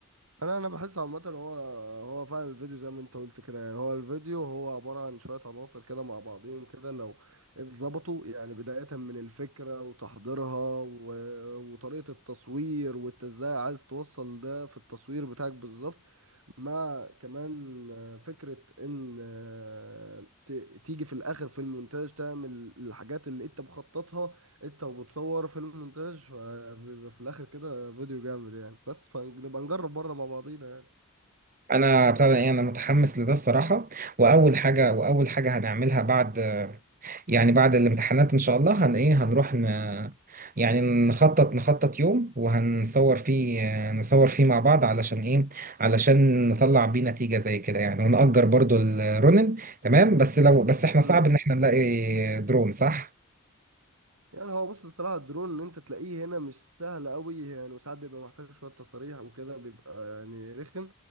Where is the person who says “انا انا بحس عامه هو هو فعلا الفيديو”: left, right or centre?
Right